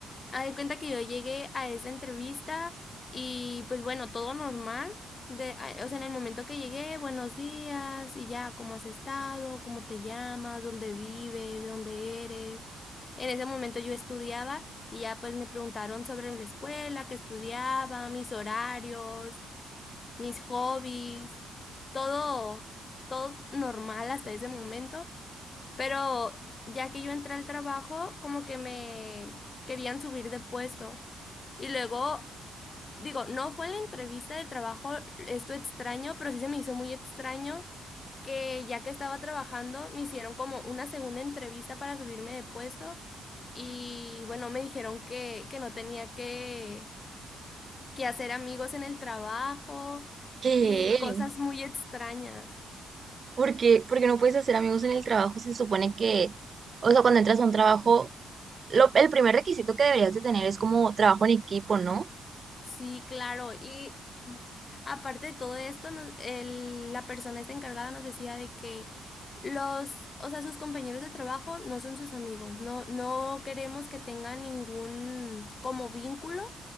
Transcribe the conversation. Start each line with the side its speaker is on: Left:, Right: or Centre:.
Left: Haz de cuenta que yo llegué a esa entrevista y pues bueno, todo normal. De, a- o sea, en el momento que llegué, buenos días y ya, ¿cómo has estado? ¿Cómo te llamas? ¿Dónde vives? ¿De dónde eres? En ese momento yo estudiaba y ya pues me preguntaron sobre la escuela, que estudiaba, mis horarios, mis hobbies, todo, todo normal hasta ese momento. Pero ya que yo entré al trabajo, como que me querían subir de puesto. Y luego, digo, no fue en la entrevista de trabajo esto extraño, pero sí se me hizo muy extraño que ya que estaba trabajando, me hicieron como una segunda entrevista para subirme de puesto y bueno, me dijeron que, que no tenía que, que hacer amigos en el trabajo
Right: ¿Qué?
Left: y cosas muy extrañas.
Right: Porque, porque no puedes hacer amigos en el trabajo, se supone que, o sea, cuando entras a un trabajo, lo, el primer requisito que deberías de tener es como trabajo en equipo, ¿no?
Left: Sí, claro. Y mm, aparte de todo esto, nos- el- la persona esta encargada nos decía de que los, o sea, sus compañeros de trabajo no son sus amigos. No, no queremos que tengan ningún como vínculo